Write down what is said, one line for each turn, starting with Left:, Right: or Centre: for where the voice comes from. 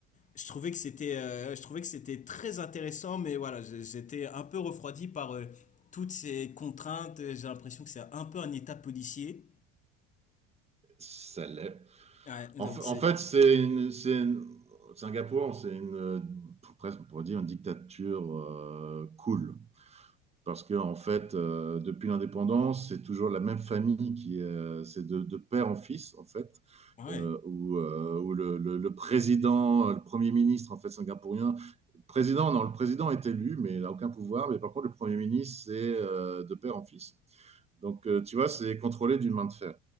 Left: Je trouvais que c'était euh, je trouvais que c'était très intéressant, mais voilà, j'ai- j'étais un peu refroidi par euh, toutes ces contraintes. J'ai l'impression que c'est un peu un état policier.
Right: ça l'est.
Left: Ouais,
Right: En,
Left: donc
Right: fa-
Left: c'est
Right: en fait, c'est une, c'est une- Singapour, c'est une, euh, presque, on pourrait dire, une dictature euh, cool. parce que en fait, euh, depuis l'indépendance, c'est toujours la même famille qui est, euh, c'est de, de père en fils en fait,
Left: Ouais.
Right: euh, où, euh, où le, le- le président, le premier ministre en fait singapourien, président non, le président est élu mais il n'a aucun pouvoir, mais par contre le premier ministre c'est euh, de père en fils. Donc euh, tu vois, c'est contrôlé d'une main de fer.